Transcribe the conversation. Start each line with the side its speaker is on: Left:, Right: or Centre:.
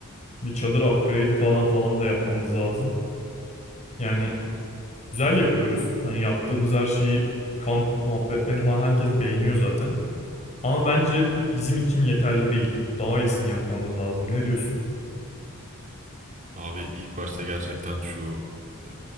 Left: Bir çadır upgrade'i falan falan da yapmamız lazım. Yani güzel yapıyoruz. Hani yaptığımız her şeyi kamp muhabbetlerini falan herkes beğeniyor zaten. Ama bence bizim için yeterli değil. Daha iyisini yapmamız lazım. Ne diyorsun?
Right: Abi ilk başta gerçekten şu e,